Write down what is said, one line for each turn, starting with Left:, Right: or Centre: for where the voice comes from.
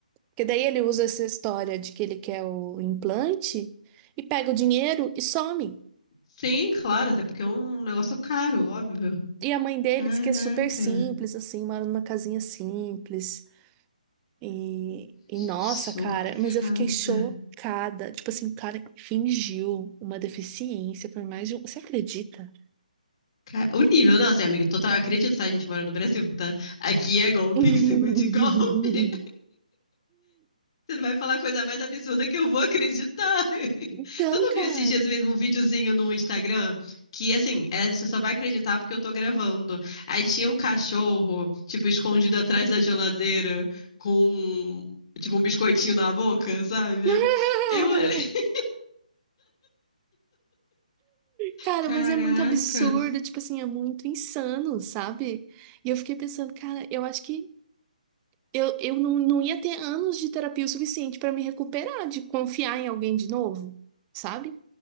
Right: Porque daí ele usa essa história de que ele quer o implante e pega o dinheiro e some.
Left: Sim, claro, até porque é um negócio caro, óbvio.
Right: E a mãe dele
Left: Caraca,
Right: diz que é super simples, assim, mora numa casinha simples. E, e
Left: chocada.
Right: nossa, cara, mas eu fiquei chocada. Tipo assim, o cara fingiu uma deficiência por mais de um. Você acredita?
Left: Ca- O nível, não, assim, amigo, total, acredito, tá? A gente mora no Brasil, tá? Aqui é golpe
Right: <laughs>
Left: em cima de <laughs> golpe. Você vai falar a coisa mais absurda que eu vou acreditar. <laughs>
Right: Então,
Left: Tu não
Right: cara.
Left: viu esses dias mesmo um videozinho no Instagram? Que assim, é, você só vai acreditar porque eu tô gravando. Aí tinha um cachorro, tipo, escondido atrás da geladeira, com, tipo, um biscoitinho na boca, sabe?
Right: <laughs>
Left: Eu olhei, <laughs>
Right: Cara,
Left: caracas.
Right: mas é muito absurdo, tipo assim, é muito insano, sabe? E eu fiquei pensando, cara, eu acho que eu, eu não, não ia ter anos de terapia o suficiente pra me recuperar de confiar em alguém de novo, sabe?